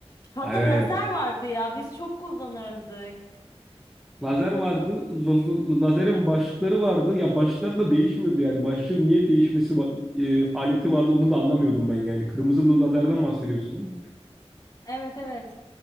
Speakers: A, on the left; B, in the centre.
A: Hatta
B: Evet.
A: lazer vardı ya biz çok kullanırdık.
B: Lazer vardı. L- Lazerin başlıkları vardı. Ya başlıkları da değişmiyordu yani. Başlığın niye değişmesi va- e, aleti vardı onu da anlamıyordum ben yani. Kırmızılı lazerden bahsediyorsun değil mi?
A: Evet evet.